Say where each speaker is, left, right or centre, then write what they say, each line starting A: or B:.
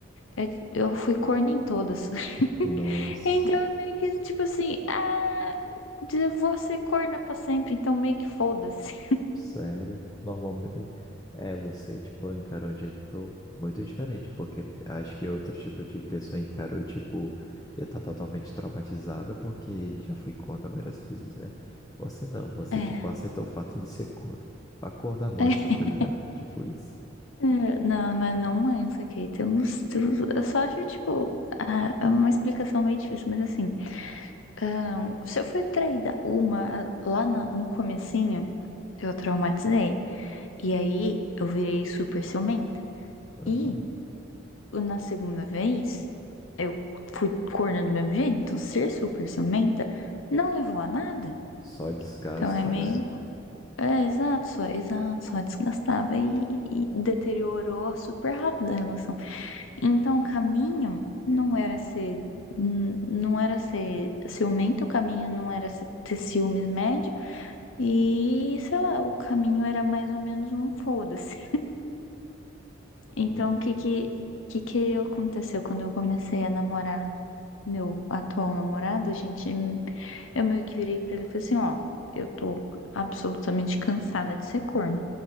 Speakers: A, on the left; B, on the left.
A: eu, eu fui corna em todas. <laughs>
B: Nossa,
A: Então é meio que tipo assim, ah, eu vou ser corna pra sempre, então meio que foda-se.
B: sério. Normalmente é você, tipo, encarou de jeito muito diferente, porque acho que outro tipo de pessoa encarou, tipo, já tá totalmente traumatizada porque já foi contra várias vezes, né? Você não, você,
A: É.
B: tipo, aceitou o fato de ser contra. Acorda manso,
A: <laughs>
B: tá ligado? Tipo isso.
A: É, Não, mas não mansa, Kate. Eu, não, eu eu só acho, tipo, ah, é uma explicação meio difícil, mas assim, ah, se eu fui traída uma ah, lá na- no comecinho, eu traumatizei. E aí eu virei super ciumenta.
B: Aham.
A: E na segunda vez, eu fui cornando do mesmo jeito. Então, ser super ciumenta não levou a nada.
B: Só desgasta,
A: Então, é Só meio.
B: né?
A: desculpa. É, exato, só, exato, só desgastava e, e deteriorou super rápido a relação. Então, o caminho não era ser. n- Não era ser ciumento, o caminho não era ser, ter ciúmes médio, e sei lá, o caminho era mais ou menos um foda-se. Então,
B: Hum.
A: o que que, que que aconteceu quando eu comecei a namorar? meu atual namorado, a gente, eu meio que virei pra ele e falei assim, ó, eu tô absolutamente cansada de ser corna.